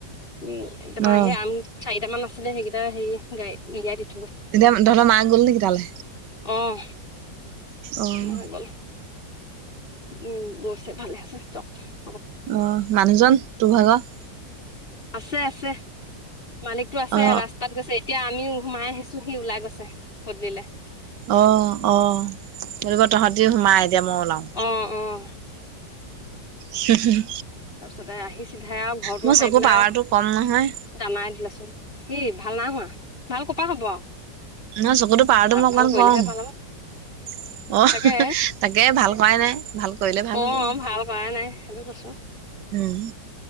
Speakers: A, on the left; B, on the right.
A: উম তাপা
B: অ
A: সেই আম চাৰিটামান আছিল। <unintelligible> আছিলে সেইকেইটা সেই গাই গাইদি। <unintelligible>
B: এতিয়া তহত মা গ'ল নেকি তালে?
A: অহ।
B: অ
A: উম গল। উম গৈছে ভালে আছে জক। <unintelligible>
B: অহ মানুহজন তোৰ ভাগ?
A: আছে আছে মালিকটো আছে
B: অ
A: ৰাস্তাত গৈছে এতিয়া। আমি সোমাই আহিছো সি ওলাই গৈছে পদূলিলে।
B: অ অ কৰিবা তহঁতি সোমাই, এতিয়া মই ওলাও।
A: অ অ
B: <unintelligible> হু
A: তাৰপিছতে আহি চিধাই আৱ ঘৰতো
B: মোৰ
A: হাই
B: চকু
A: পেলাই
B: পাৱাৰটো
A: আৱ
B: কম নহয়
A: দানাই দিলাচোন। <unintelligible> কি ভাল না হোৱা? ভাল ক'পা হব?
B: নহ চকুতো পাৱাৰটো
A: আৰু
B: মো অকমান
A: ভাল কৰিলেহে
B: কম।
A: ভাল হ'ব
B: অ
A: তাকে
B: তাকে ভাল কৰাই নাই ভাল। কৰিলে ভাল
A: অ
B: হ'ব
A: ভাল কৰা নাই সেইটো কৈছো।
B: উম।